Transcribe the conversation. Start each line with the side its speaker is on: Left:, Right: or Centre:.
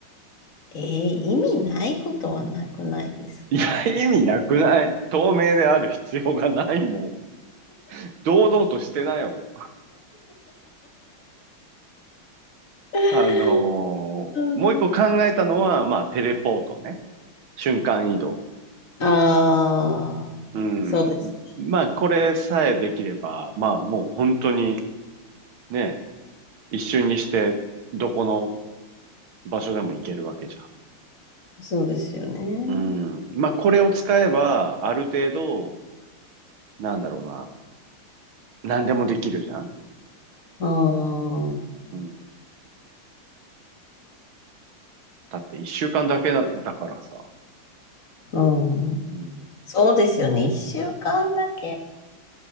Left: えー意味ないことはなくないですか
Right: いや、意味なくない透明である必要がないもん。堂々としてなよ。
Left: <laughs>
Right: あのーもう一個考えたのは、
Left: うん。
Right: まあ、テレポートね。瞬間移動。
Left: ああ、
Right: うん。
Left: そうですね。
Right: まあ、これさえできれば、まあ、もう本当にね、一瞬にして、どこの場所でも行けるわけじ
Left: そうですよね。
Right: ゃん。うん。まあ、これを使えば、ある程度、なんだろうな、何でもできるじゃん。
Left: うん。う
Right: うん。だって一週間だけだ、だからさ。
Left: ん。
Right: うん。
Left: そうですよね。一週間だけ。